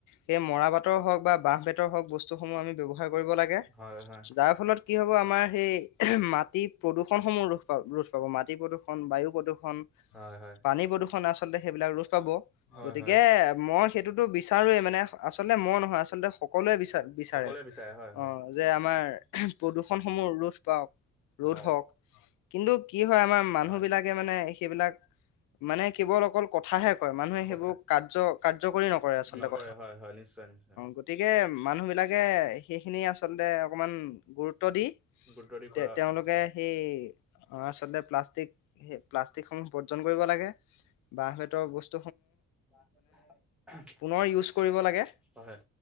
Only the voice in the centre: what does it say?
হয় হয়
হয় হয়
হয়
হয়
সকলোৱে বিচাৰে হয় হয়
হয়।
হয়
কথা
নকৰে
হয় হয় নিশ্চয় নিশ্চয়
গুৰুত্ব দি
কৰা
উচিত
মানুহবোৰে
এহ হয়